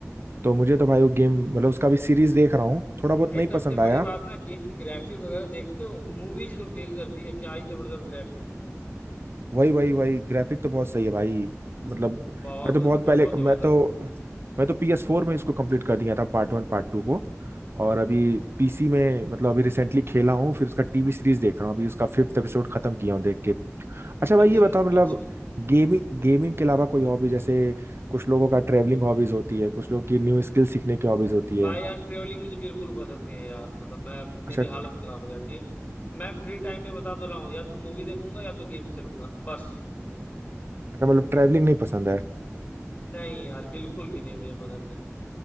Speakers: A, on the right; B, on the left.
A: तो मुझे तो भाई वो गेम मतलब उसका भी सीरीज देख रहा हूँ थोड़ा बहुत
B: भाई
A: नहीं
B: सबसे
A: पसंद आया
B: बड़ी बात ना गेम की ग्राफिक वगैरह देखते हो मूवीज को फेल करती है क्या ही जबरदस्त ग्राफिक है
A: वही वही वही ग्राफिक तो बहुत सही है भाई मतलब
B: बहुत
A: मैं तो बहुत
B: अच्छा
A: पहले
B: बहुत जबरदस्त
A: मैं तो मैं तो PS4 फोर में इसको कंप्लीट कर दिया था पार्ट वन पार्ट टू को और अभी पीसी में मतलब अभी रिसेंटली खेला हूँ फिर उसका टीवी सीरीज देख रहा हूँ अभी उसका फिफ्थ एपिसोड खत्म किया हूँ देख के अच्छा भाई
B: अच्छा
A: ये बताओ मतलब
B: अच्छा
A: गेमिंग गेमिंग के अलावा कोई हॉबी जैसे कुछ लोगों का ट्रैवलिंग हॉबीज होती है कुछ लोग की न्यू स्किल सीखने की हॉबीज होती है
B: भाई यार ट्रेवलिंग मुझे बिल्कुल पसंद नहीं है यार मतलब मैं
A: अच्छा
B: मेरी हालत खराब हो जाती है मैं फ्री टाइम में बता तो रहा हूँ या तो मूवी देखूंगा या तो गेम खेलूंगा बस
A: अच्छा मतलब ट्रैवलिंग नहीं पसंद है
B: नहीं यार बिल्कुल भी नहीं मुझे पसंद है